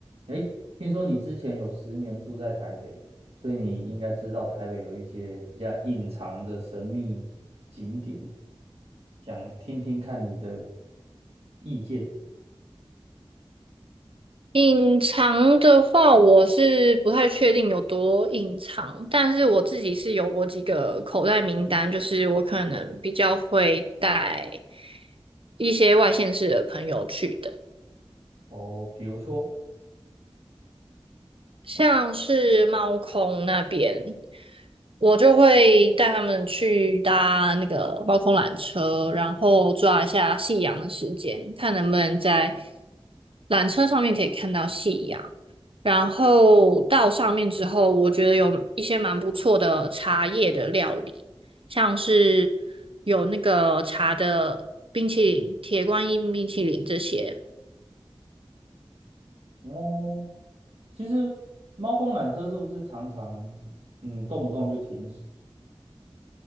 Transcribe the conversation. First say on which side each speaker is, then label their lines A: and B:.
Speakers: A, on the right; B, on the right.
A: 哎，听说你之前有十年住在台北，所以你应该知道台北有一些比较隐藏的神秘景点，想听听看你的意见
B: 隐藏的话，我是不太确定有多隐藏，但是我自己是有我几个口袋名单，就是我可能比较会带一些外县市的朋友去的。
A: 哦。比如说，
B: 像是猫空那边，我就会带他们去搭那个猫空缆车，然后抓一下夕阳的时间，看能不能在缆车上面可以看到夕阳。然后到上面之后，我觉得有一些蛮不错的茶叶的料理，像是有那个茶的冰淇淋、铁观音冰淇淋这些。
A: 哦，其实猫空缆车是不是常常嗯动不动就停驶？